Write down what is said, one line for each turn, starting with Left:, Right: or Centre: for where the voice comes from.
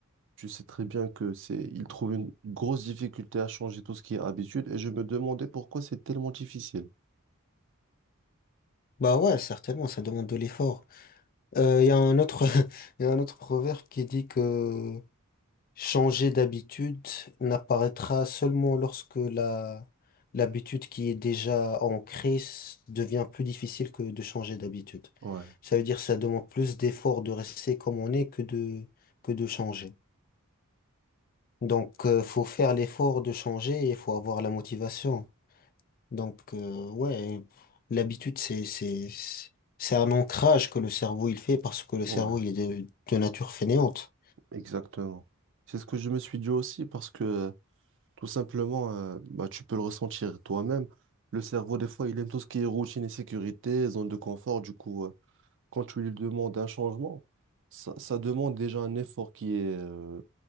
Right: tu sais très bien que c'est, ils trouvent une grosse difficulté à changer tout ce qui est habitude et je me demandais pourquoi c'est tellement difficile.
Left: Bah ouais, certainement, ça demande de l'effort. Euh, Il y a un autre, <laughs> il y a un autre proverbe qui dit que changer d'habitude n'apparaîtra seulement lorsque la, l'habitude qui est déjà ancrée s- devient plus difficile que de changer d'habitude.
Right: Ouais,
Left: Ça veut dire que ça demande plus d'effort de rester comme on est que de, que de changer. Donc, euh, faut faire l'effort de changer et il faut avoir la motivation. Donc, euh, ouais, l'habitude, c'est, c'est, c'est un ancrage que le cerveau, il fait parce que le
Right: ouais,
Left: cerveau, il est de, de nature fainéante.
Right: exactement. C'est ce que je me suis dit aussi parce que Tout simplement, euh, bah, tu peux le ressentir toi-même. Le cerveau, des fois, il aime tout ce qui est routine et sécurité, zone de confort. Du coup, euh, quand tu lui demandes un changement, ça, ça demande déjà un effort qui est euh,